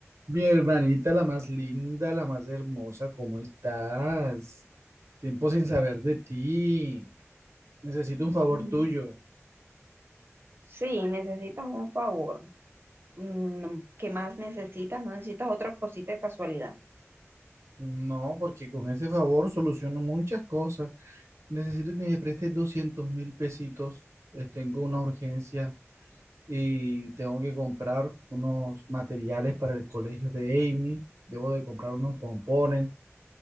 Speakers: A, on the right; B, on the right.
A: Mi hermanita, la más linda, la más hermosa, ¿cómo estás? Tiempo sin saber de ti. Necesito un favor
B: Mm,
A: tuyo.
B: Sí, necesitas un favor. Mm, ¿Qué más necesitas? ¿No necesitas otra cosita de casualidad?
A: No, porque con ese favor soluciono muchas cosas. Necesito que me prestes doscientos mil pesitos. Eh, Tengo una urgencia y tengo que comprar unos materiales para el colegio de Amy. Debo de comprar unos pompones